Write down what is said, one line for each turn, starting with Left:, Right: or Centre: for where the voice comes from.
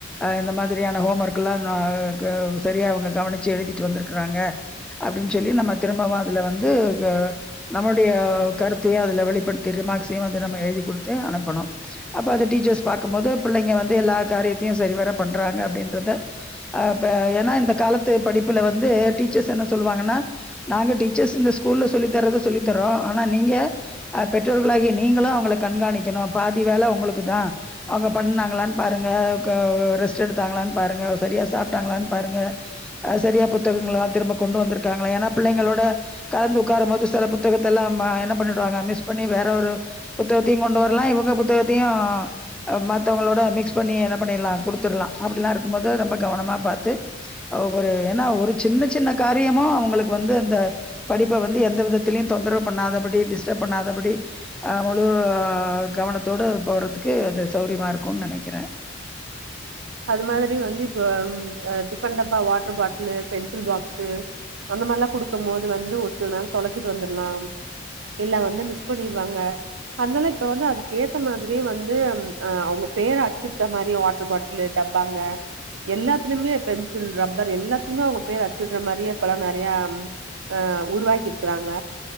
Centre: இந்த மாதிரியான ஹோம் ஒர்க்குலா அ க சரியா அவங்க கவனிச்சி எழுதிட்டு வந்திருக்குறாங்க அப்டின் சொல்லி நம்ம திரும்பவு அதுல வந்து க நம்முடைய கருத்தையு அதில் வெளிப்படுத்தி ரிமார்க்ஸையு வந்து நம்ம எழுதி குடுத்து அனுப்பனு அப்போ அத டீச்சஸ் பாக்குபோது பிள்ளைங்க வந்து எல்லா காரியத்தையு சரி வர பண்றங்க அப்படின்றத அ ம் ஏனா இந்த காலத்து படிப்புல வந்து டீசர்ஸ் என்ன சொல்லுவாங்கனா நாங்க டீச்சர்ஸ் இந்த ஸ்கூல்ல சொல்லி தர்த சொல்லித்தரோ ஆனா நீங்க அ பெற்றோர்களாகிய நீங்களு அவங்கள கண்காணிக்கணு பாதி வேல உங்களுக்கு தா அவங்க பண்ணாங்களானு பாருங்க க ஓ ரெஸ் ஸ் எடுத்தாங்களான் பாருங்க செரியா சாப்பிட்டாங்களான் பாருங்க அ செரியா புத்தகங்கள எல்லா திரும்ப கொண்டு வந்திருக்காங்களா ஏன்னா பிள்ளைங்களோட கலந்து உட்காரும் போது சில புத்தகத்த எல்லா ம் என்ன பண்ணிடுவாங்க மிஸ் பண்ணி வேற ஒரு புத்தகத்தையு கொண்டு வரலா இவங்க புத்தகத்தையு அ மத்தவங்களோட மிக்ஸ் பண்ணி என்ன பண்ணிடலா குடுத்துற்லா அப்டிலா இருக்கும் போது ரொம்ப கவனமா பாத்து அ ஒரு ஏன்னா ஒரு சின்ன சின்ன காரியமு அவுங்களுக்கு வந்து அந்த படிப்ப வந்து எந்த விதத்திலயு தொந்தரவு பண்ணாதபடி டிஸ்டப் பண்ணாதபடி அ முழு கவனத்தோடு போறதுக்கு அது சௌரியமா இருக்குனு நெனைக்கிறே
Right: அது மாதிரி வந்து இப்ப ம் அ டிஃபன் டப்பா வாட்டர் பாட்லு பென்சில் பாக்ஸு அந்த மாரி லா குடுக்கும் போது வந்து ஒரு சில நேர தொலச்சிட் வந்துர்லா இல்ல வந்து மிஸ் பண்ணிடுவாங்க அத்னால இப்ப வந்து அதுக் ஏத்த மாதிரியே வந்து ம் அ அவங்க பேர அச்சுட்ட மாரி வாட்ரு பாட்லு லு டப்பாங்க எல்லாத்துயுமே பென்சில் ரப்பர் எல்லாத்துலிமே அவுங்க பேரு அச்சுட்ற மாரியே இப்பல்லா நறிய அ ம் அ உருவாக்கி இருக்கிறாங்க